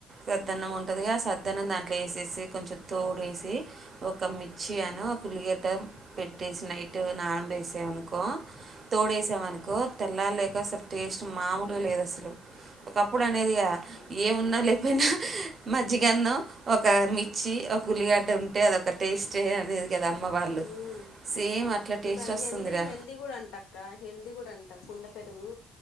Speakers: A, on the right; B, on the left.
A: సద్దన్నం ఉంటదిగా ఆ సద్దన్నం దాంట్లో యేసేసి కొంచెం తోడేసి ఒక మిచ్చి అను ఒక ఉల్లిగడ్డ పెట్టేసి నైట్ నాన బేసే అనుకో తోడేసామనుకో తెల్లార్లేక అసల్ టేస్ట్ మామూలుగా లేద్ అసలు ఒకప్పుడు అనేదిగా
B: అవునక్క
A: ఏమున్నా లేపేయినా మజ్జిగన్నం ఒక మిర్చి ఒక ఉల్లిగడ్డ ఉంటే అదొక టేస్టే అనేది కదా అమ్మ వాళ్ళు
B: హు మ్
A: సేమ్ అట్లా టేస్ట్
B: ఇప్పుడు అది
A: వస్తుందిరా
B: హెల్దీ హెల్దీ గూడా అంటక్క హెల్దీ గూడా అం ంట కుండ పెరుగు